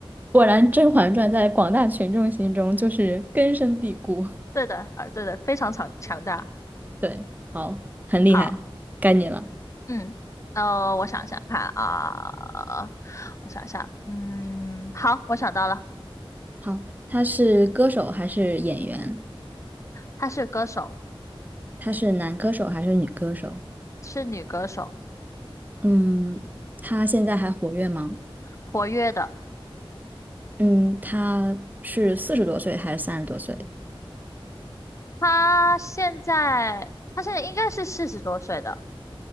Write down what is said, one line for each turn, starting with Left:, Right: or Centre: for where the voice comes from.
Right: 果然，《甄嬛传》在广大群众心中就是根深蒂固。
Left: 对的，啊，对的，非常强强大。
Right: <laughs> 对，好，很厉害，
Left: 好，
Right: 该你了。
Left: 嗯，呃，我想想看啊，我想想，嗯，好，我想到了，
Right: 好，他是歌手还是演员？
Left: 她是歌手，
Right: 他是男歌手还是女歌手？
Left: 是女歌手，
Right: 嗯，他现在还活跃吗？
Left: 活跃的。
Right: 嗯，他是四十多岁还是三十多岁？
Left: 她现在，她现在应该是四十多岁的，